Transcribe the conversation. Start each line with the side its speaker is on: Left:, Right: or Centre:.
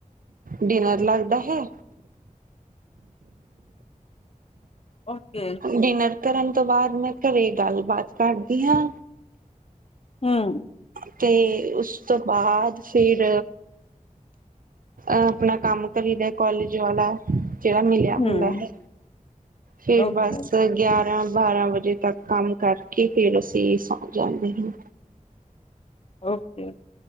Right: ਡਿਨਰ ਲੱਗਦਾ ਹੈ
Left: ਓਕੇ
Right: ਡਿਨਰ ਕਰਨ ਤੋਂ ਬਾਅਦ ਮੈਂ ਘਰੇ ਗੱਲਬਾਤ ਕਰਦੀ ਹਾਂ
Left: ਹੂੰ
Right: ਅਤੇ ਉਸ ਤੋਂ ਬਾਅਦ ਫਿਰ ਆਪਣਾ ਕੰਮ ਕਰੀ ਦਾ ਕੋਾਲਜ ਵਾਲਾ। ਜਿਹੜਾ ਮਿਲਿਆ
Left: ਹੂੰ
Right: ਹੁੰਦਾ ਹੈ, ਫੇਰ
Left: ਓਕੇ
Right: ਦਸ ਗਿਆਰਾਂ ਬਾਰਾਂ ਵਜੇ ਤੱਕ ਕੰਮ ਕਰਕੇ ਫਿਰ ਅਸੀਂ ਸੌਂ ਜਾਂਦੇ ਹਾਂ।
Left: ਓਕੇ।